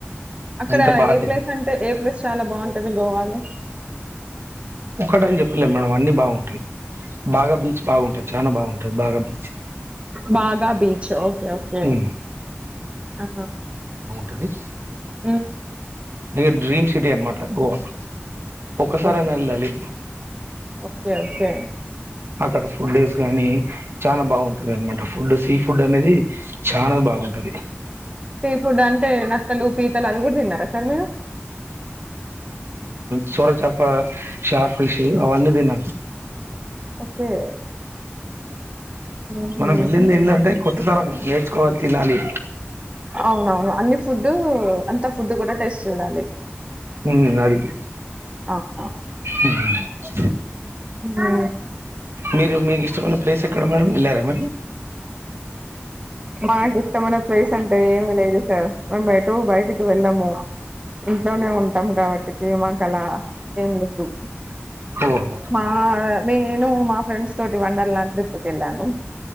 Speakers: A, on the right; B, on the right.
A: అక్కడ
B: అంత బాగా
A: ఏ ప్లేస్ అంటే ఏ ప్లేస్ చాలా బాగుంటది గోవాలో
B: ఒకట అని చెప్పలేము మేడం అన్ని బాగుంటాయి బాగా బీచ్ బాగుంటాయి చాలా బాగుంటుది బాగా బీచ్
A: బాగా బీచ్ ఓకే ఓకే
B: ఉమ్,
A: ఆ హా
B: టది
A: ఊ
B: ఇది డ్రీమ్ సిటీ అనమాట గోవా ఒకసారైనా
A: ఓహో
B: వెళ్ళాలి
A: ఓకే ఓకే
B: అక్కడ ఫుడ్డేస్ గానీ చానా బాగుంటది అనమాట ఫుడ్ సీ ఫుడ్ అనేది అది చాల బాగుంటది
A: సీ ఫుడ్ అంటే నత్తలు పీతలు అది కూడా తిన్నారా సార్ మీరు
B: సోర చాప షార్ట్ పిసి అవన్నీ తిన్నాను
A: ఓకే ఉహు
B: మనం వెళ్ళింది ఏంటంటే కొత్త తరం కోల్ తిలాలి
A: అవునవును అన్ని ఫుడ్ అంత ఫుడ్ కూడా టేస్ట్ చూడాలి
B: ఉ అడిగి
A: అవునా
B: ఉ స
A: ఆ
B: మీరు మీకు ఇష్టమైన ప్లేస్ ఎక్కడ మేడం వెళ్ళారా మరి
A: మాకు ఇష్టమైన ప్లేస్ అంటే ఏమి లేదు సార్ మేము ఎటు బయటికి వెళ్ళము ఇంట్లోనే ఉంటాం కాబట్టికి మాకలా ఏమి లేదు
B: ఓహో
A: మా అదే నేను మా ఫ్రెండ్స్ తోటి వండర్ ల్యాండ్ ట్రిప్కి వెళ్ళాను